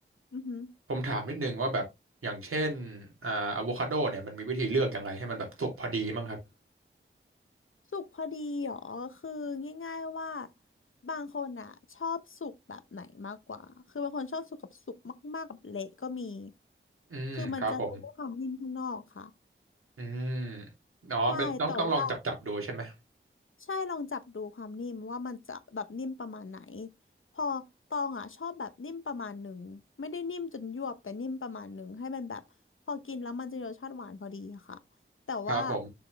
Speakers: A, on the left; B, on the right.
A: อือหือ
B: ผมถามนิดนึงว่าแบบอย่างเช่นอ่าอะโวคาโดเนี่ยมันมีวิธีเลือกยังไงให้มันแบบสุกพอดีมั้งครับ
A: สุกพอดีเหรอคือง่ายๆว่าบางคนอ่ะชอบสุกแบบไหนมากกว่าคือบางคนชอบสุกกับสุกมากๆกับเละก็มี
B: อืมครับผม
A: คือมันจะดูด้วยความนิ่มข้างนอกค่ะ
B: อืมอ๋อเป็นต้องต้องลองจับจับดูใช่ไหม
A: ใช่แต่ว่า ใช่ลองจับดูความนิ่มว่ามันจะแบบนิ่มประมาณไหนพอตองอ่ะชอบแบบนิ่มประมาณหนึ่งไม่ได้นิ่มจนยวบแต่นิ่มประมาณหนึ่งให้มันแบบพอกินแล้วมันจะมีรสชาติหวานพอดีค่ะแต่ว่า
B: ครับผม